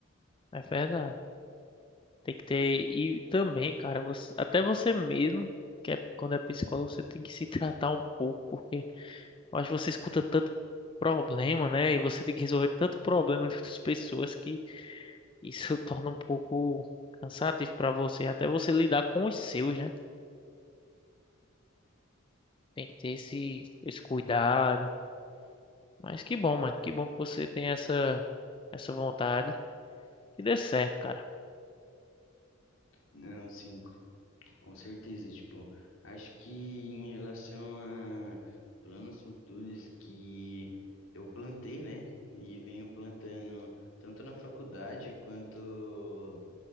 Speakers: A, on the left (about 25°); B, on the left (about 75°).
A: É verdade. Tem que ter. E também, cara, você- até você mesmo, que é, quando é psicólogo, você tem que se tratar um pouco, porque eu acho que você escuta tanto problema, né? E você tem que resolver tanto problema de outras pessoas que. Isso <laughs> torna um pouco cansativo para você, até você lidar com os seus, né? Tem que ter esse, esse cuidado. Mas que bom, mano. Que bom que você tem essa, essa vontade. E dê certo, cara.
B: Não, sim, c- com certeza. Tipo, acho que em relação a planos futuros que eu plantei, né? E venho plantando tanto na faculdade quanto